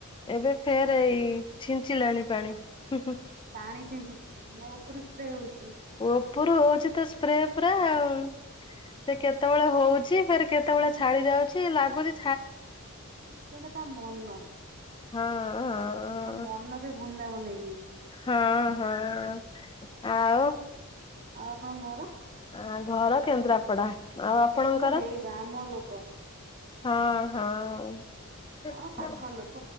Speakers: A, on the left; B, on the right.
A: ଏବେ ଫେର ଏଇ ଛି <unintelligible> ପାଣି। ହୁଁ ହୁଁ।
B: ପାଣି ଛିଞ୍ଚୁଚି ମୋ ଉପରୁ ସ୍ପ୍ରେ ହଉଚି।
A: ଉପରୁ ହଉଚି ତ ସ୍ପ୍ରେ ପୁରା ଆଉ। ସେ କେତେବେଳେ ହଉଚି ଫେରେ କେତେବେଳେ ଛାଡି ଯାଉଚି। ଲାଗୁଚି
B: ସେଟା ତା ମନ।
A: ହଁ ହଁ
B: ତା ମ ମନ ବି ବୃନ୍ଦାବନ ହେଇଯାଇଚି।
A: ହଁ ହଁ ଆଉ
B: ଆଉ ଆପଣଙ୍କ ଘର?
A: ଆ ଘର କେନ୍ଦ୍ରାପଡା। ଆଉ ଆପଣଙ୍କର?
B: ଓ ହେଇବା ଆମ ଲୋକ।
A: ହଁ ହଁ।
B: ଆଉ ପାଖ ଲୋକ